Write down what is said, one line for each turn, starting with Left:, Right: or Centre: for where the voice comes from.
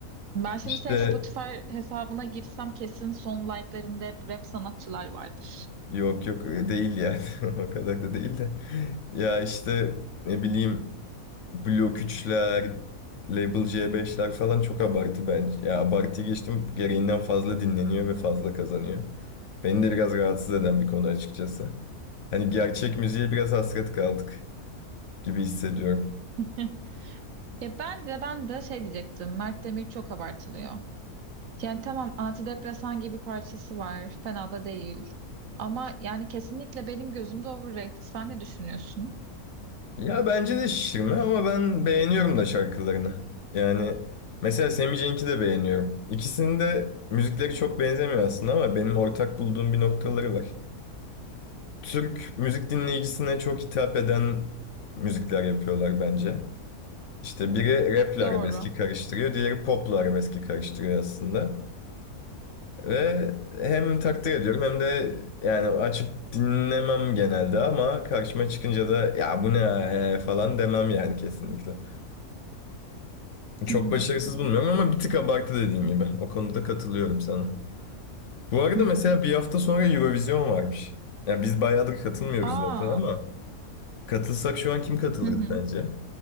Right: Ben şimdi
Left: işte
Right: senin Spotify hesabına girsem kesin son like'larında hep rap sanatçılar vardır.
Left: Yok yok e, değil yani <laughs> o kadar da değil de. Ya işte ne bileyim Blok 3'ler, Label C5'ler falan çok abartı bence. Ya abartı geçtim gereğinden fazla dinleniyor ve fazla kazanıyor. Beni de biraz rahatsız eden bir konu açıkçası. Hani gerçek müziğe biraz hasret kaldık gibi hissediyorum.
Right: <laughs> Ya ben de ben de şey diyecektim. Mert Demir çok abartılıyor. Yani tamam antidepresan gibi parçası var. Fena da değil. Ama yani kesinlikle benim gözümde overrated. Sen ne düşünüyorsun?
Left: Ya bence de şişirme ama ben beğeniyorum da şarkılarını. Yani mesela Sammy Cenk'i de beğeniyorum. İkisinin de müzikleri çok benzemiyor aslında ama benim ortak bulduğum bir noktaları var. Türk müzik dinleyicisine çok hitap eden müzikler yapıyorlar bence. İşte biri rap ile
Right: Doğru.
Left: arabeski karıştırıyor, diğeri pop ile arabeski karıştırıyor aslında. Ve hem takdir ediyorum hem de yani açıp dinlemem genelde ama karşıma çıkınca da ya bu ne ya?" falan demem yani kesinlikle. Çok
Right: Hmm.
Left: başarısız bulmuyorum ama bir tık abartı dediğin gibi. O konuda katılıyorum sana. Bu arada
Right: Hı
Left: mesela
Right: hı.
Left: bir hafta sonra Eurovision varmış. Ya biz bayağıdır katılmıyoruz
Right: Aa.
Left: zaten ama katılsak şu an kim katılırdı
Right: Hı hı.
Left: sence?